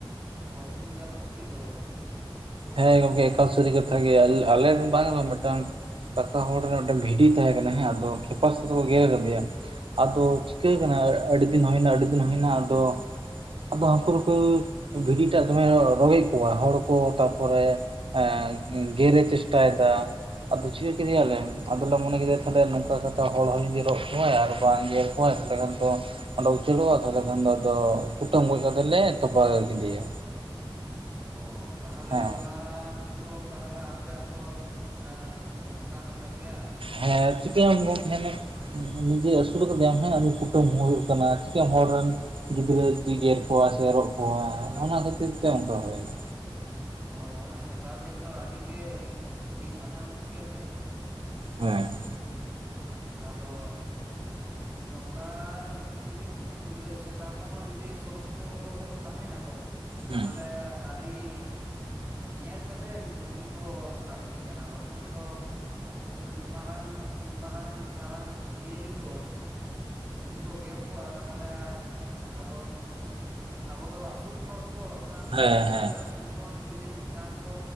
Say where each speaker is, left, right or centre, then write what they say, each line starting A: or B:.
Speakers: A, on the right; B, on the right.
A: ᱚᱥᱩᱵᱤᱫᱟ ᱢᱩᱥᱠᱤᱞ ᱜᱚᱫᱚᱜᱼᱟ
B: ᱦᱮᱸ ᱜᱚᱢᱠᱮ ᱮᱠᱟᱞ ᱥᱟᱨᱤ ᱠᱟᱛᱷᱟ ᱜᱮ ᱟᱞᱮ ᱵᱟᱝ ᱨᱮᱦᱚ ᱢᱤᱫᱴᱟᱝ ᱠᱟᱠᱟ ᱦᱚᱲ ᱨᱮᱱ ᱢᱤᱫᱴᱟᱝ ᱵᱷᱤᱰᱤ ᱛᱟᱦᱮᱸ ᱠᱟᱱᱟ ᱦᱮᱸ ᱟᱫᱚ ᱠᱷᱮᱯᱟ ᱥᱮ ᱫᱚᱠᱚ ᱜᱮᱨ ᱟᱠᱟᱫᱮᱭᱟ ᱟᱫᱚ ᱪᱤᱠᱟᱹ
A: ᱚ
B: ᱠᱟᱱᱟ ᱟᱹᱰᱤ ᱫᱤᱱ ᱦᱩᱭᱱᱟ ᱟᱹᱰᱤ ᱫᱤᱱ ᱦᱩᱭᱱᱟ ᱟᱫᱚ ᱟᱫᱚ ᱦᱟᱹᱠᱩ ᱱᱩᱠᱩ ᱵᱷᱤᱰᱤᱴᱟᱜ ᱫᱚᱢᱮ ᱨᱚᱜᱮᱫ ᱠᱚᱣᱟ ᱦᱚᱲ ᱠᱚ ᱯᱚᱨᱮ ᱮ ᱜᱮᱨᱮ ᱪᱮᱥᱴᱟ ᱭᱮᱫᱟ ᱟᱫᱚ ᱪᱤᱠᱟᱹ ᱠᱮᱫᱮᱭᱟᱞᱮ ᱟᱫᱚᱞᱮ ᱢᱚᱱᱮ ᱠᱮᱫᱮᱭᱟ ᱛᱟᱦᱮ ᱱᱚᱝᱠᱟ ᱠᱟᱛᱮ ᱦᱚᱲ ᱦᱚᱲ ᱨᱚᱜ ᱠᱚᱣᱟᱭ ᱟᱨ ᱵᱟᱝ ᱜᱮ ᱦᱚᱭ <inaudible> ᱟᱰᱤᱜᱟᱱ ᱛᱚ ᱚᱸᱰᱮ ᱪᱟᱹᱞᱩ ᱟᱠᱟᱫ ᱛᱟᱦᱚᱞᱮ ᱠᱷᱟᱱ ᱫᱚ ᱟᱫᱚ ᱠᱩᱴᱟᱹᱢ ᱜᱚᱡ ᱠᱟᱛᱮ ᱞᱮ ᱛᱚᱯᱟ ᱠᱮᱫᱮᱭᱟ
A: ᱚᱸ ᱛᱟᱦᱚᱞᱮ
B: ᱦᱮᱸ
A: ᱚᱱᱟᱼᱼ ᱛᱚ ᱛᱟᱦᱮᱞᱮ ᱟᱯᱮᱭᱟᱜ ᱫᱚ ᱚᱱᱟ ᱞᱚᱥᱠᱟᱱ ᱮᱱ ᱛᱟᱯᱮᱭᱟ
B: ᱦᱮᱸ ᱪᱤᱠᱟᱹᱭᱟᱢ ᱜᱚᱢᱠᱮ <inaudible> ᱱᱤᱡᱮ ᱟᱹᱥᱩᱞ ᱠᱟᱛᱮᱟᱢ ᱦᱮ ᱩᱱᱤ ᱠᱩᱴᱟᱹᱢ ᱦᱩᱭᱩᱜ ᱠᱟᱱᱟ ᱪᱤᱠᱟᱹᱭᱟᱢ ᱦᱚᱲ ᱨᱮᱱ ᱜᱤᱫᱽᱨᱟᱹ ᱡᱩᱫᱤ ᱜᱮᱨ ᱠᱚᱣᱟ ᱥᱮ ᱨᱚᱜ ᱠᱚᱣᱟ
A: ᱦᱳᱭ
B: ᱚᱱᱟ ᱠᱷᱟᱹᱛᱤᱨ ᱛᱮ ᱚᱱᱠᱟ ᱦᱩᱭ ᱮᱱᱟ
A: ᱦᱚᱭ ᱚᱱᱟ ᱥᱮᱛᱟ ᱜᱮᱨ ᱫᱚ ᱟᱹᱰᱤ ᱜᱮ ᱵᱤᱥ ᱟᱱᱟ ᱧᱚᱜ ᱜᱮᱭᱟ ᱥᱮ
B: ᱦᱮᱸ
A: ᱟᱫᱚ ᱱᱚᱝᱠᱟ ᱡᱩᱫᱤ ᱤᱭᱟᱹ ᱥᱮᱛᱟ ᱠᱚᱦᱚᱸ ᱡᱩᱫᱤ ᱥᱩᱨ ᱥᱩᱯᱩᱨ ᱠᱚᱨᱮ ᱠᱚ ᱛᱟᱦᱮᱸ ᱱᱟᱠᱚ ᱛᱟᱦᱮᱞᱮ
B: ᱦᱮᱸ
A: ᱟᱹᱰᱤ ᱧᱮᱞ ᱠᱟᱛᱮᱜ ᱜᱩᱯᱤ ᱠᱚ ᱞᱟᱹᱠᱛᱤ ᱠᱟᱱᱟ ᱵᱟᱠᱷᱟᱱ ᱫᱚ ᱩᱱ ᱢᱟᱨᱟᱝ ᱩᱱ ᱢᱟᱨᱟᱝᱭ ᱢᱟᱨᱟᱝ ᱡᱤᱭᱟᱹᱞᱤ ᱠᱚ ᱡᱩᱫᱤ ᱠᱚ ᱜᱮᱨ ᱠᱚᱣᱟ ᱛᱟᱦᱚᱞᱮ ᱟᱫᱚ ᱟᱵᱚ ᱫᱚ ᱟᱹᱥᱩᱞ ᱦᱚᱲ ᱛᱚ ᱠᱷᱟᱱ
B: ᱦᱮᱸ
A: ᱛᱟᱦᱮ ᱞᱮ
B: ᱦᱮᱸ
A: ᱡᱩᱫᱤ ᱟᱥᱩᱞ ᱠᱷᱚᱱ ᱡᱩᱫᱤ ᱢᱤᱫᱴᱟᱝ ᱠᱚ